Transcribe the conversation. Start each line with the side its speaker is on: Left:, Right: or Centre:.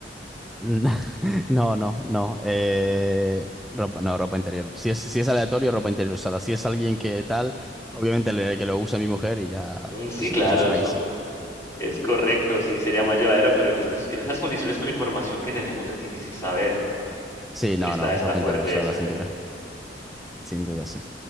Centre: Mm, <laughs> No, no, no. Eh, ropa, no, ropa interior. Si es, si es aleatorio, ropa interior usada. Si es alguien que tal, obviamente le- que lo use mi mujer y ya.
Left: Mm, Sí,
Centre: Sí,
Left: claro,
Centre: eso es ahí
Left: eso
Centre: sí.
Left: es correcto, sí, sería más llevadero, pero en estas, en esas condiciones con la información que tenemos es difícil saber.
Centre: Sí,
Left: Está,
Centre: no, no.
Left: está
Centre: Ropa
Left: fuerte
Centre: interior usada,
Left: eso,
Centre: sin
Left: ¿eh?
Centre: duda. Sin duda, sí.